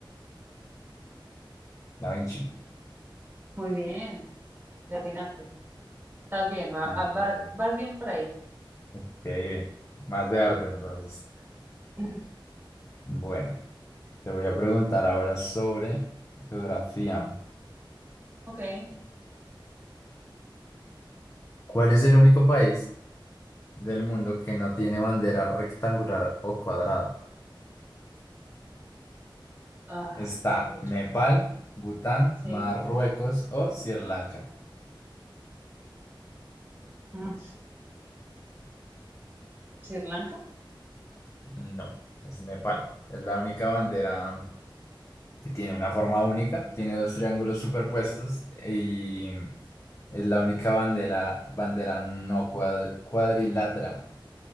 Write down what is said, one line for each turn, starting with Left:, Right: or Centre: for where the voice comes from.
Left: Da Vinci.
Right: Muy bien, le atinaste. Estás bien, va-
Left: Sí,
Right: ah, va-
Left: sí, sí.
Right: vas bien por ahí.
Left: Ok, más de arte entonces.
Right: <laughs>
Left: Bueno. Te voy a preguntar ahora sobre geografía.
Right: Ok.
Left: ¿Cuál es el único país del mundo que no tiene bandera rectangular o cuadrada?
Right: Ah,
Left: ¿Está
Right: papucho.
Left: Nepal, Bután,
Right: Sí.
Left: Marruecos o Sri Lanka?
Right: Mm, ¿Sri Lanka?
Left: No, es Nepal. Es la única bandera que tiene una forma única, tiene dos triángulos superpuestos y es la única bandera, bandera no cuad- cuadrilátera